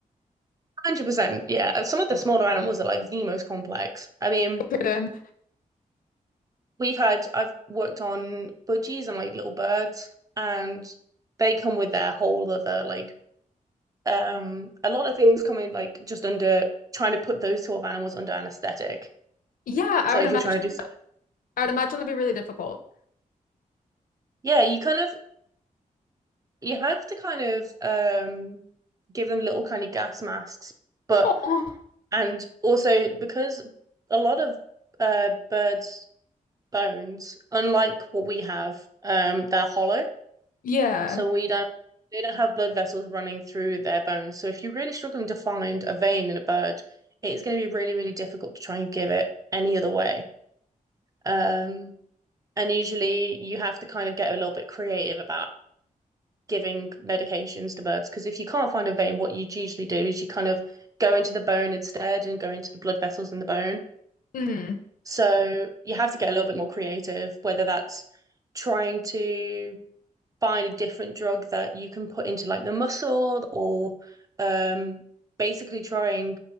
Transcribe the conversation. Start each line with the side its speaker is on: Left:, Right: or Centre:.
Right: 100%. Yeah. Some of the smaller animals are like the most complex. I mean,
Left: <laughs> Good
Right: we've had, I've worked on budgies and like little birds, and they come with their whole other, like, um, a lot of things come in like just under trying to put those sort of animals under anesthetic.
Left: Yeah, I
Right: So
Left: would
Right: if
Left: imagine
Right: you're trying to do so,
Left: I would imagine that'd be really difficult.
Right: yeah, you kind of, you have to kind of, um, give them little kind of gas masks, but,
Left: Oh,
Right: and also because a lot of, uh, birds bones, unlike what we have, um, they're hollow.
Left: yeah.
Right: So we don't they don't have blood vessels running through their bones. So if you're really struggling to find a vein in a bird, it is going to be really, really difficult to try and give it any other way. Um, and usually you have to kind of get a little bit creative about giving medications to birds because if you can't find a vein, what you usually do is you kind of go into the bone instead and go into the blood vessels in the bone.
Left: Mm.
Right: So you have to get a little bit more creative, whether that's trying to find a different drug that you can put into like the muscle or um basically trying